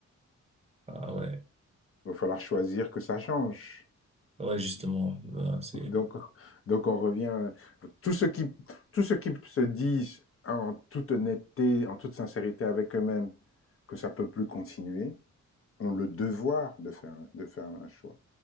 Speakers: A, on the right; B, on the left.
A: Ah ouais,
B: Il va falloir choisir que ça change.
A: ouais, justement, voilà,
B: <laughs>
A: c'est...
B: Donc, donc on revient. Tout ce qui, tout ce qui se dit en toute honnêteté, en toute sincérité avec eux-mêmes, que ça peut plus continuer ont le devoir de faire, de faire un choix,